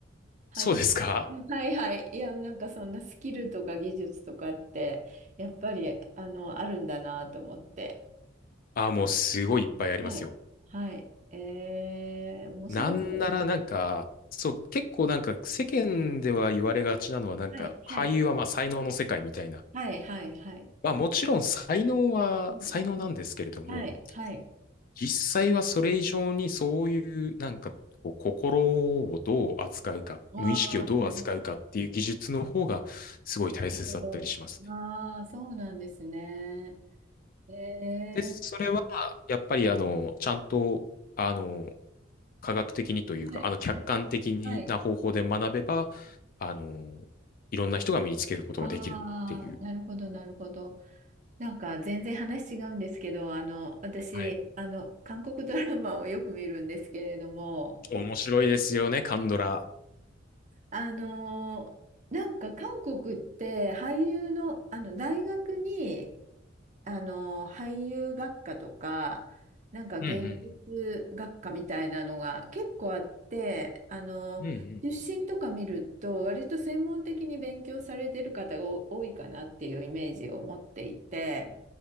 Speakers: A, on the right (about 40°); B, on the left (about 45°).
A: はい。
B: そうですか
A: はいはい。いや、なんかそんなスキルとか技術とかって、やっぱり、あの、あるんだなと思って。
B: ああ、もうすごいいっぱいありますよ。
A: はい。はい。えー、面白そうです。
B: なんならなんか、そう、結構なんか世間では言われがちなのはなんか俳優はまあ才能の世界みたいな。
A: はい、はい。はい、はい、はい。
B: まあもちろん才能は才能なんですけれども、
A: うん、うんはい、はい。
B: 実際はそれ以上にそういうなんかこう心をどう扱うか、
A: わあ、
B: 無意識をどう扱うかっていう技術の方がすごい大切だったりします。
A: なるほど。ああ、そうなんですね。えー
B: で、それは、やっぱり、あの、ちゃんと、あの、科学的にというか、
A: はい、
B: あの、客観的にな方法で学べば、
A: はい、はい。
B: あの、いろんな人が身につけることができるっていう。
A: ああー、なるほど、なるほど。なんか全然話違うんですけど、あの、私、
B: はい。
A: あの、韓国ドラマをよく見るんですけれども、
B: 面白いですよね、カンドラ。
A: あの、なんか韓国って俳優の、あの、大学に、あの、俳優学科とか、なんか芸術学科みたいなのが結構あって、
B: うんうん
A: あの、
B: うん。うん
A: 出身とか見ると、割と専門的に勉強されてる方が多いかなっていうイメージを持っていて、